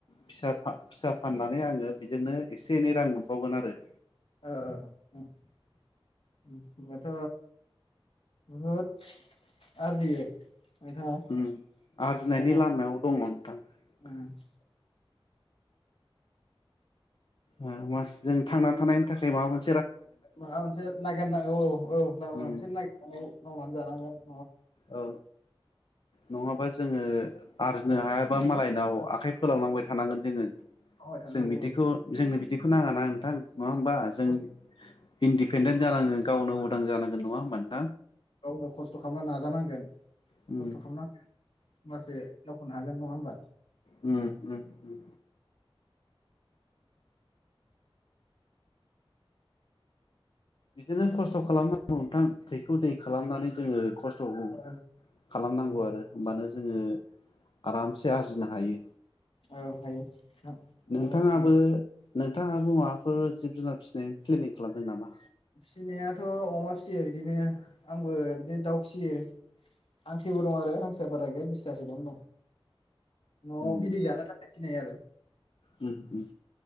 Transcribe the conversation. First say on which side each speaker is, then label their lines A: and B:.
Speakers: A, on the left (about 55°); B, on the left (about 75°).
A: फिसा फा फिसा फाननानै आङो बिजोंनो एसे एनै रां मोनबावगोन आरो ।
B: ओ होनबाथ बहुद आरजियो? नोंथाङा
A: ओम आरजिनायनि
B: फैसाखौ
A: लामायाव दङ नोंथां ।
B: माबा
A: ओम <unintelligible> जों थांनानै थानायनि थाखाय माबाफोर
B: माबा मोनसे नागिरनांगौ औ औ लामा
A: उम
B: मोनसे
A: औ
B: नागिरनानै मावनानै जानांगोन ।
A: औ नङाबा जोङो आरजिनो
B: औ
A: हायाबा मालाय नाव आखाइ फोलावलांबाय थानांगोन जोङो
B: मावबाय थानांगौ
A: जों बिदिखौ
B: औ
A: जोंनो बिदि फोनाङाना नोंथां । नङा होमबा
B: आरो
A: जों?
B: खस्थ'
A: इन्दिपेन्डेन्ट जानांगोन गावनो उदां जानांगोन नङा होनमबा नों
B: गावनो खस्थ खालामनानै नाजानांगोन।
A: उम।
B: खस्थ' खालामनांगोन होमबासो दावखोनो हागोन नङा होमबा?
A: उम उम उम। बिदिनो खस्थ खालामनांगौ नोंथां थैखौ दै खालामनानै जोङो खस्थखौ
B: औ
A: खालामनांगौ आरो । होनबानो जोङो आरामसे आरजिनो हा हायो
B: औ हायो नोंथां
A: नोंथाङाबो
B: नङाब्ला
A: नोंथाङाबो माबाफोर जिब जुनार फिसिनाय प्लेनिं खालामदों नामा?
B: फिसिनायाथ' अमा फिसियो बिदिनो आंबो बिदिनो दाउ फियो। हांसोबो दं आरो हांसोआ बारा गैया बिसथासोल' दं। न'आव
A: उम
B: बिदै जानो थाखाय फिनाय आरो
A: उम उम